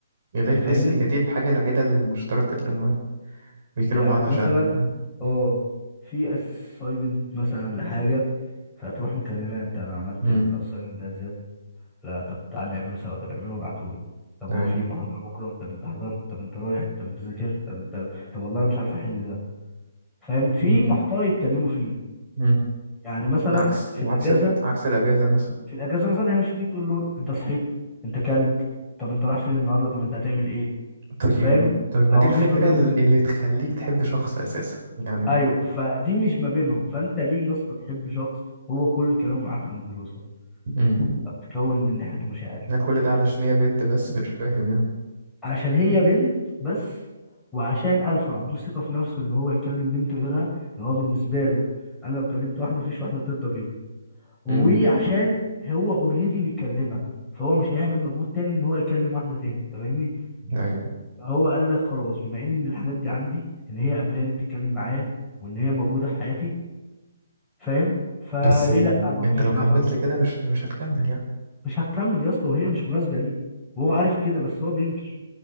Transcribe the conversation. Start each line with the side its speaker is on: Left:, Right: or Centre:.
Right: اللي
Centre: انت
Right: تحس
Centre: فاهمني
Right: ان دي الحاجه الوحيده المشتركه اللي هم بيكونوا
Centre: يعني
Right: بعض عشانها
Centre: مثلا
Right: فاهم؟
Centre: اه في assignment مثلا لحاجة فهتروح مكلمة انت عملت
Right: امم
Centre: ال assignment ده يا زياد لا طب تعالى نعمله سوا طب اعمله وابعتهولي طب هو
Right: ايوه
Centre: في محاضرة بكرة طب انت حضرت طب انت رايح طب انت ذاكرت طب انت طب والله انا مش عارف احل ده فاهم في
Right: امم
Centre: محتوى يتكلموا فيه
Right: امم
Centre: يعني مثلا
Right: عكس
Centre: في
Right: عكس
Centre: الاجازة
Right: عكس الأجازة مثلا
Centre: في الاجازة مثلا هي مش هتيجي تقول له انت صحيت انت كلت طب انت رايح فين النهارده طب انت هتعمل ايه
Right: طيب
Centre: فاهم
Right: طيب ما
Centre: هو
Right: دي الفكرة
Centre: مفيش ما بينهم
Right: ال-
Centre: كده
Right: اللي تخليك تحب شخص أساسا يعني
Centre: ايوه فدي مش ما بينهم فانت ليه يا اسطى تحب شخص هو كل كلامه معاك عن الدراسه
Right: امم
Centre: او تكون من ناحيته مشاعر
Right: يعني كل ده علشان هي بنت بس <laughs> مش فاهم يعني
Centre: عشان هي بنت بس وعشان الفا ما عندوش ثقه في نفسه اللي هو يكلم بنت غيرها اللي هو بالنسبه له انا لو كلمت واحده مفيش واحده ترضى بيا وعشان
Right: امم
Centre: هو اوريدي بيكلمها فهو مش هيعمل مجهود تاني ان هو يكلم واحده تاني انت فاهمني
Right: ايوه
Centre: هو قال لك خلاص بما ان الحاجات دي عندي ان هي قبلاني بتتكلم معايا وان هي موجوده في حياتي فاهم فليه
Right: بس
Centre: لا ما اخشش
Right: انت لو
Centre: معاها
Right: كملت
Centre: في علاقة
Right: كده مش مش هتكمل يعني
Centre: مش هتكمل يا اسطى وهي مش مناسبه ليه وهو عارف كده بس هو بينكر